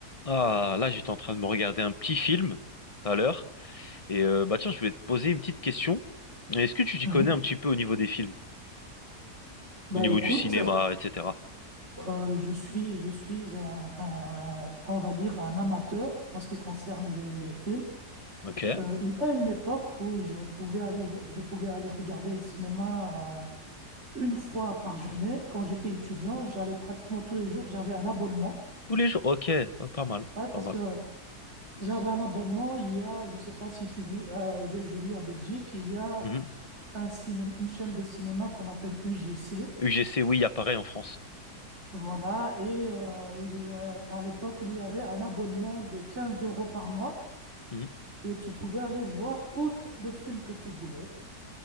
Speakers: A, on the left (about 25°); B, on the right (about 40°).
A: Ah, là, j'étais en train de me regarder un petit film tout à l'heure. Et euh, bah tiens, je vais te poser une petite question. Est-ce que tu t'y
B: Mhm.
A: connais un petit peu au niveau des films,
B: Bah
A: au niveau
B: écoute,
A: du cinéma, etc.
B: euh, je suis, je suis un, un- on va dire un amateur en ce qui concerne les, les films.
A: Ok.
B: Euh, il y a une époque où je pouvais aller, vo- je pouvais aller regarder le cinéma euh, une fois par journée. Quand j'étais étudiant, j'allais pratiquement tous les jours. J'avais un abonnement.
A: Tous les jours. Ok. Ah, Pas mal.
B: Ouais, parce
A: Pas mal.
B: que j'avais un abonnement. Il y a, je sais pas si tu vis, euh, je, je vis en Belgique. Il y a
A: Mhm.
B: un cinéma, une chaîne de cinéma qu'on appelle UGC.
A: UGC, oui, il y a pareil en France.
B: Voilà. Et euh, il, euh, à l'époque, il y avait un abonnement de 15 euros par mois.
A: Mhm.
B: Et tu pouvais aller voir autant de films que tu voulais.